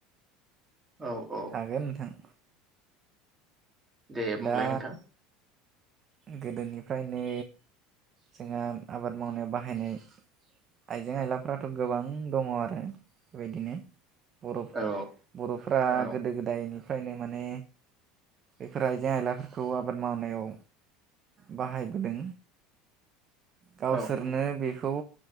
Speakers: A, on the right (about 20°); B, on the right (about 35°).
A: औ औ
B: हागोन नोंथां।
A: दे बुंलाय
B: दा
A: नोंथां
B: गोदोनिफ्रायनो जोंहा आबाद मावनायाव बाहायनाय आइजें आयलाफ्राथ गोबां दङ आरो बेबायदिनो। बर'
A: औ
B: बर'फ्रा
A: औ
B: गोदो गोदायनि फ्रायनो माने बेफोर आइजें आइलाफोरखौ आबाद मावनायाव बाहायबोदों। गावसोरनो
A: औ
B: बेखौ